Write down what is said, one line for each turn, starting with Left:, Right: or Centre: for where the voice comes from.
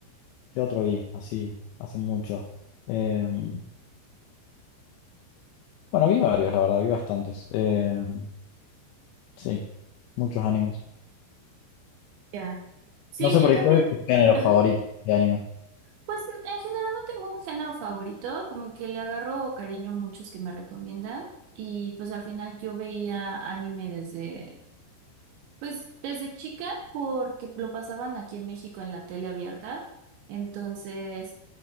Left: ¿qué otro vi? Así, hace mucho. Em, bueno, vi varios, la verdad, vi bastantes. em, sí, muchos animes.
Right: Ya. Sí,
Left: No sé por
Right: yo también.
Left: ahí cuál es tu género
Right: Ajá.
Left: favorito de anime.
Right: Pues en en general no tengo un género favorito, como que le agarro cariño a muchos que me recomiendan. Y pues al final yo veía anime desde Pues desde chica, porque lo pasaban aquí en México en la tele abierta, entonces,